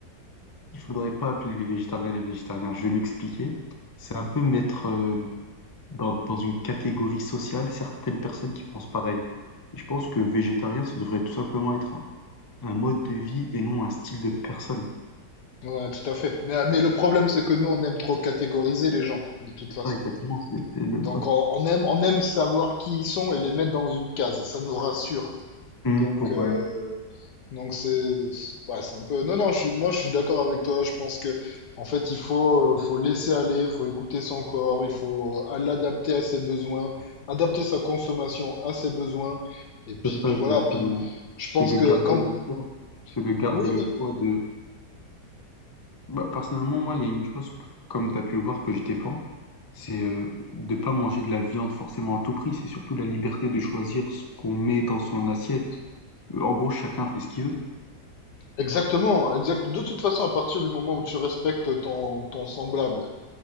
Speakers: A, on the left (about 30°); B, on the left (about 70°).
A: Il faudrait pas appeler les végétariens les végétariens. Je vais m'expliquer. C'est un peu mettre euh, dans, dans une catégorie sociale certaines personnes qui pensent pareil. Et je pense que végétarien, ça devrait tout simplement être un, un mode de vie et non un style de personne.
B: Ouais, tout à fait. Mais, mais le problème, c'est que nous, on aime trop catégoriser les gens, de toute
A: C'est
B: façon.
A: ça, exactement. C'est c'est le.
B: Donc,
A: ouais.
B: on, on aime, on aime savoir qui ils sont et les mettre dans une case. Ça nous rassure.
A: Mm,
B: Donc,
A: Pour,
B: euh, donc c'est, ouais, c'est un peu. Non, non, je suis, moi, je suis d'accord avec toi. Je pense que, en fait, il faut, euh, faut laisser aller, faut écouter son corps, il faut euh, l'adapter à ses besoins, adapter sa consommation à ses besoins. Et puis,
A: C'est ça
B: puis
A: exactement.
B: voilà. Puis, je
A: C'est
B: pense
A: de
B: que
A: garder
B: quand,
A: le choix. C'est de garder
B: oui.
A: le choix de... Bah, personnellement, moi, il y a une chose, que- comme tu as pu le voir, que je défends, c'est euh, de pas manger de la viande forcément à tout prix. C'est surtout la liberté de choisir ce qu'on met dans son assiette. Euh, En gros, chacun fait ce qu'il veut.
B: Exactement, exact. De toute façon, à partir du moment où tu respectes ton, ton semblable,